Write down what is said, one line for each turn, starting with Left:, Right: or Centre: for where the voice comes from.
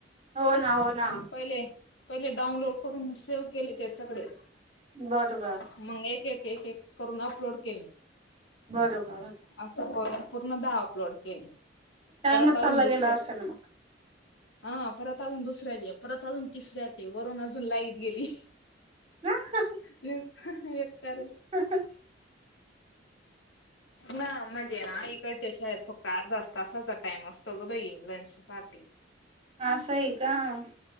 Right: हो ना हो ना
Left: मगं पहिले पहिले डाऊंनलोड करूंन सेव्ह केले ते सगळें
Right: बरोबर
Left: मंग एक एक एक एक करूंन अपलोड केले
Right: बरोबर
Left: असं पूर्ण दहा अपलोड केले
Right: टाइमच
Left: परंत अजूंन
Right: चालला
Left: दुसरं
Right: गेला <unintelligible>
Left: हां परंत अजूंन दुसऱ्यांचे परंत अजूंन तिसऱ्यांचे वरूंन अजूंन लाईट गेली
Right: हां हं
Left: ये येक तांर चं
Right: हं हां हं <unintelligible>
Left: नां म्हणजे नां इकडच्यां शाळेतं फक्तं अर्धास तासांचा टाईम असतो गं भाई लंच पहाटे
Right: हां असं आहे कां